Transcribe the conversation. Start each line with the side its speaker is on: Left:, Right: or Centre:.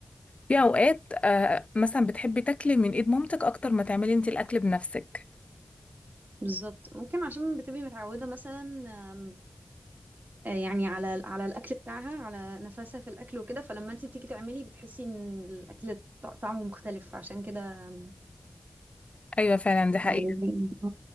Left: في اوقات آه مثلا بتحبي تاكلي من ايد مامتك اكتر ما تعملي انت الاكل بنفسك
Right: بالظبط ممكن عشان بتبقي متعوده مثلا آم، آه، يعني على على الاكل بتاعها على نفسها في الاكل وكده فلما انت بتيجي تعملي بتحسي ان الاكل ط- طعمه مختلف عشان كده آم،
Left: ايوه فعلا دي حقيقه
Right: يعني